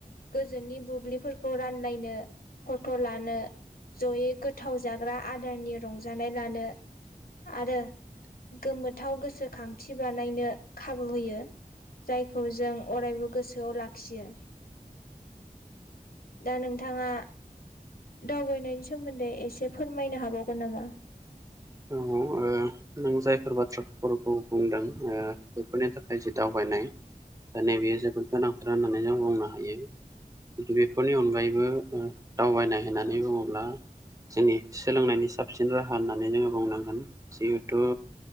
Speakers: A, on the left; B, on the right.
A: गोजोननि बुब्लिफोरखौ रानलायनो, फट' लानो जयै गोथाव जाग्रा आदारनि रंजानाय लानो, आरो गोमो थाव गोसोखांथि बानायनो खाबु होयो जायखौ जों अरायबो गोसो आव लाखियो। दा नोंथाङा दावबायनायनि सोमोन्दै एसे फोरमायनो हाबावगोन नामा?
B: औ नों जायफोर बाथ्रा फोरखौ बुंदों ओ बेफोरनि थाखाय जि दावबायनाय दा नैबेयो जोबोद गोनांथार होननानै जों बुंनो हायो बेफोरनि अनगायैबो दावबायनाय होननानै बुङोब्ला जोंनि सोलोंनायनि साबसिन राहा होननानै जोङो बुंनांगोन जिहेथु